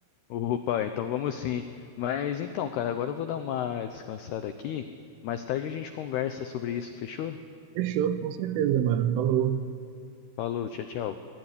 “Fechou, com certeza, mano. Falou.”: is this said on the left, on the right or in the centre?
Right